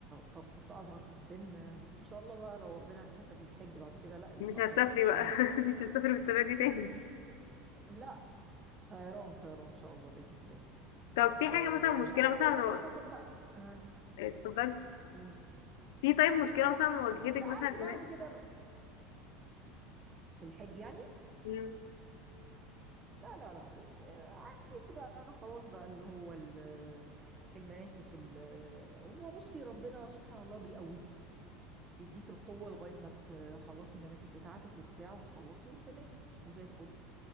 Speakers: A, on the right (about 20°); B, on the left (about 80°).
A: فكنت اصغر في السن بس ان شاء الله بقى لو ربنا كتب لي الحج بعد كده لا يبقى
B: مش
A: طيران
B: هسافري بقى <laughs> مش هسافر بالطريقة دي تاني
A: لا طيران طيران ان شاء الله باذن الله
B: طب في
A: آه
B: حاجة مثلا مشكلة
A: بس
B: مثلا
A: انما
B: اه،
A: السفر بقى آه
B: اتفضلي
A: قولي
B: في طيب مشكلة مثلا واجهتك
A: لا
B: مثلا
A: عادي
B: هناك؟
A: بعد كده بقى في الحج يعني
B: مم.
A: لا لا لا يعني آه، عادي بقى خلاص بقى اللي هو ال- المناسك ال- هو بصي ربنا سبحان الله بيقويكي بيديك القوة لغاية ما تخلصي المناسك بتاعتك وبتاع وتخلصي وتمام وزي الفل